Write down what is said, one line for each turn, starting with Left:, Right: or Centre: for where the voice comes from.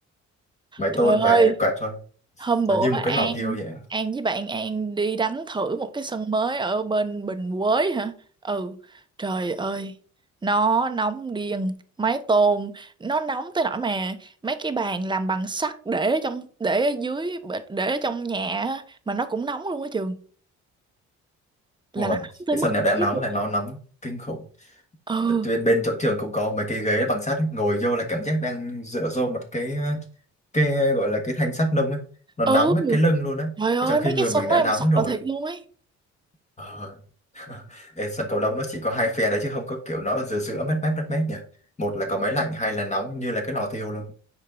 Left: mái
Right: Trời
Left: tôn
Right: ơi,
Left: và quẹt thôi
Right: hôm bữa
Left: nó như
Right: An
Left: một cái lò thiêu vậy
Right: An với bạn An đi đánh thử một cái sân mới ở bên Bình Quới hả? Ừ, trời ơi, nó nóng điên, mái tôn nó nóng tới nỗi mà mấy cái bàn làm bằng sắt để ở trong để ở dưới để ở trong nhà á, mà nó cũng nóng luôn á trường.
Left: Ôi,
Right: Là nó nóng tới
Left: cái
Right: mức
Left: sân này
Right: đấy
Left: đã nóng
Right: luôn.
Left: là nó nóng kinh khủng
Right: Ừ,
Left: bên bên chỗ trường cũng có mấy cái ghế bằng sắt ấy. ngồi vô là cảm giác đang dựa vô một cái cái gọi là cái thanh sắt nung ấy nó
Right: ừ,
Left: nóng hết cái lưng luôn á
Right: trời ơi,
Left: Và trong khi
Right: mấy
Left: người
Right: cái sân
Left: mình đã
Right: đó em
Left: nóng
Right: sợ
Left: rồi
Right: thiệt luôn ấy.
Left: ờ. <laughs> Ê, sân cầu lông nó chỉ có hai phe đấy chứ không có kiểu nó ở giữa giữa mát mát mát mát nhỉ một là có máy lạnh hai là nóng như là cái lò thiêu luôn